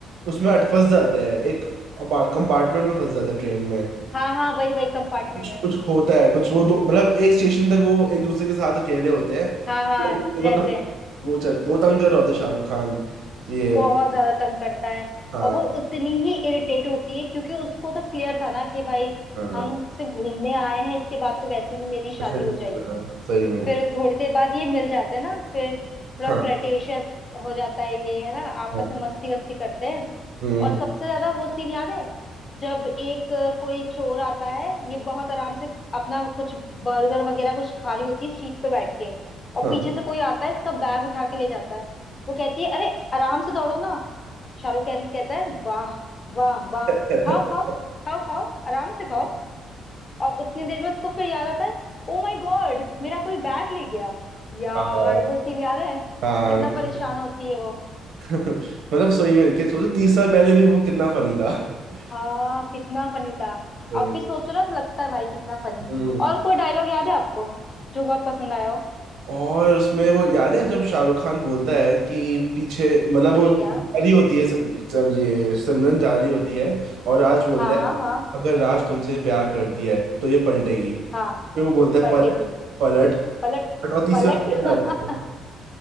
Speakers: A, on the right (about 80°); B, on the left (about 35°).
A: उसमें अट फंस जाते हैं एक कंपार्टमेंट में फंस जाते हैं ट्रेन में
B: हाँ हाँ वही वही कंपार्टमेंट
A: कुछ
B: में
A: कुछ होता है कुछ वो दो मतलब एक स्टेशन तक वो एक दूसरे के साथ अकेले होते हैं एक
B: हाँ हाँ
A: दूसरे
B: रहते
A: को तंग
B: हैं
A: वो चल वो तंग कर रहा होता है शाहरुख खान ये
B: बहुत ज्यादा तंग करता है
A: हाँ
B: और वो उतनी ही इरिटेट होती है क्योंकि उसको तो क्लियर था ना कि भाई
A: हाँ
B: हम सिर्फ घूमने आए हैं इसके बाद तो वैसे भी मेरी शादी
A: ऐसे नहीं
B: हो जाएगी
A: करना, हाँ, सही में
B: फिर थोड़ी देर बाद ये मिल जाते हैं ना फिर थोड़ा
A: हाँ
B: फ्लर्टेशियस हो जाता है ये है ना आपस
A: हाँ
B: में मस्ती वस्ती करते हैं
A: हम्म,
B: और सबसे ज्यादा वो सीन याद है जब एक अ, कोई चोर आता है ये बहुत आराम से अपना कुछ बर्गर वगैरह कुछ खा रही होती है सीट पे बैठ के और
A: हाँ
B: पीछे से कोई आता है इसका बैग उठा के ले जाता है वो कहती है अरे आराम से दौड़ो ना शाहरुख खान कहता है वाह वाह वाह
A: <laughs>
B: खाओ खाओ खाओ खाओ आराम से खाओ और उतनी देर में उसको फिर याद आता है ओ माय गॉड मेरा कोई बैग ले गया यार
A: हाँ
B: वो सीन याद है
A: हाँ
B: कितना
A: हाँ,
B: परेशान होती है वो
A: <laughs> मतलब सही में कि सोचो तीस साल पहले भी वो कितना फनी था <laughs>
B: हाँ कितना फनी था
A: भाई
B: अब भी सोचो ना तो लगता है भाई कितना फनी
A: हम्म
B: और कोई डायलॉग याद है आपको जो बहुत पसंद आया हो
A: और उसमें वो याद है जब शाहरुख खान बोलता है कि पीछे मतलब वो
B: क्या
A: जारी होती है स- स- ये सिमरन जारी होती है और राज बोलता
B: हाँ हाँ
A: है
B: हाँ
A: अगर राज तुमसे प्यार करती है तो ये पलटेगी
B: हाँ
A: फिर वो बोलता है
B: पलटेगी
A: पलट पलट
B: पलट
A: पलट, और तीसरी
B: पलट
A: बार
B: <laughs>
A: पलट जाता है